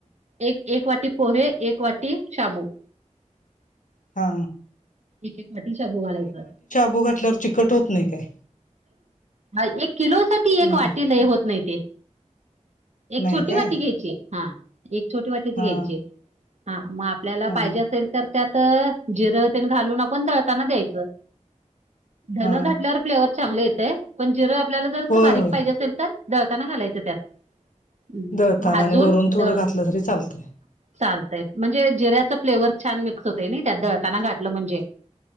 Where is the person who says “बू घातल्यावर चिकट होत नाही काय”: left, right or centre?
Left